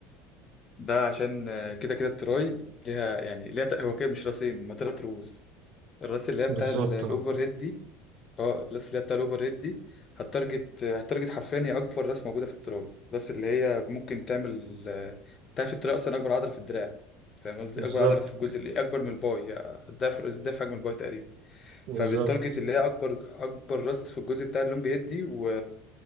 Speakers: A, on the left; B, on the right.
A: ده عشان آه، كده كده التراي ليها يعني ليها ت- هو كده مش راسين هما تلات رؤوس الراس اللي هي
B: بالظبط
A: بتاع ال- الاوفر
B: اه
A: هيد دي اه الراس اللي هي بتاع الاوفر ريت دي هتارجت هتارجت حرفيا هي اكبر راس موجوده في التراب الراس اللي هي ممكن تعمل تعرف التراب اصلا اكبر عضله في الدراع فاهم قصدي
B: بالظبط
A: اكبر عضله في الجزء اللي اكبر من الباي يعني ضعف ضعف حجم الباي تقريبا
B: بالظبط
A: فبالتارجت اللي هي اكبر اكبر راس في الجزء بتاع اللونج هيد دي و...